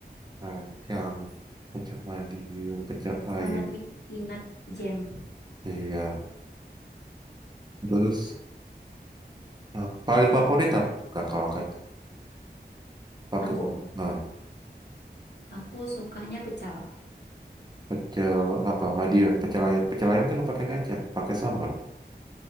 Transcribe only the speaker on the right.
kacang pecel Madiun pecel
ayam
iya terus nah, paling favorit
apa tuh, Kak, kalau kat- pakai
nah,
pecel apa Madiun pecel ayam pecel ayam kan pakai kacang pakai sambal